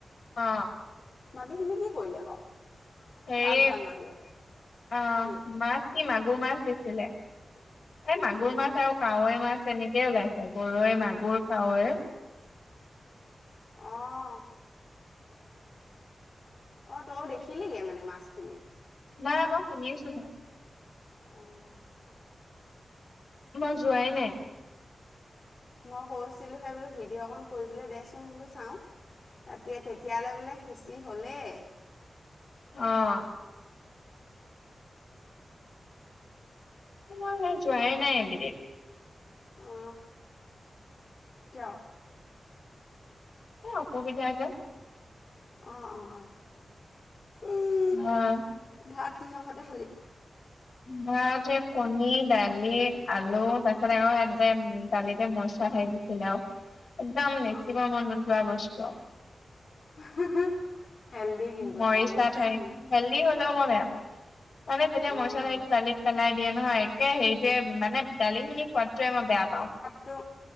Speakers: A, on the left; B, on the left.
A: অ
B: মাটিখিনি কি কৰিলে বাৰু
A: হেৰি
B: ঢাপ বনালে
A: অ
B: নেকি
A: মাছ কি মাগুৰ মাছ দিছিলে এই মাগুৰ
B: অঁ
A: মাছ আৰু কাৱৈ মাছ এনেকেই ওলাইছিল গৰৈ মাগুৰ
B: উম,
A: কাৱৈ
B: অঁ অঁ তই দেখিলিগৈ মানে মাছখিনি
A: নাই মই শুনি আছো
B: অঁ <inaudible>
A: মই যোৱাই নাই <inaudible>
B: মই কৈছিলোঁহে বোলো ভিডিঅ' অকণ কৰি পেলাই দেচোন বোলো চাওঁ তা তেতিয়ালৈ বোলে সিঁচি হ'লেই
A: অ মই নাই জোয়াই নাই এই গিদিন
B: অ কিয়
A: অ অসুবিধা যে
B: অ অ অ উম
A: অ
B: ভাত কৃহকতে খালি
A: ভাত এ কণী দালি আলু তাৰ পিছত আকৌ সতে দালিতে মচ খাই দিছিলে আৰু একদম
B: অঁ
A: <inaudible> নোযোৱা বস্তু
B: <unintelligible> হেল্ডি কিন্তু
A: মৰিচা
B: আকৌ গম পাইছা
A: ঠাৰি
B: নে নাই
A: হেল্ডি হলেও মই বেয়া পাওঁ মানে যেতিয়া
B: অঁ
A: মইচাহিটো দালিত পেলাই দিয়ে নহয় একে হেৰিটোৱে মানে দালিখিনি সোৱাদতোৱে মই বেয়া পাওঁ
B: তো